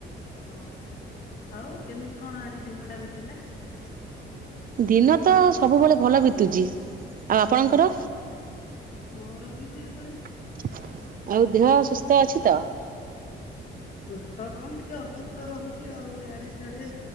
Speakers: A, on the left (about 40°); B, on the right (about 45°).
A: ଓହୋ ଆଉ କେମିତି କଣ ଆଜି ଦିନଟା ବିତିଲା?
B: ଦିନ ତ ସବୁବେଳେ ଭଲ ବିତୁଚି। ଆଉ ଆପଣଙ୍କର?
A: ହୁଁ ମୋର ବି ସେଇଭଳି
B: ଆଉ ଦେହ ସୁସ୍ଥ ଅଛି ତ?
A: ସୁସ୍ଥ କଣ ଟିକେ ଅସୁସ୍ଥ ରହୁଚି ଆଉ ଇଆଡେ ସିଆଡେ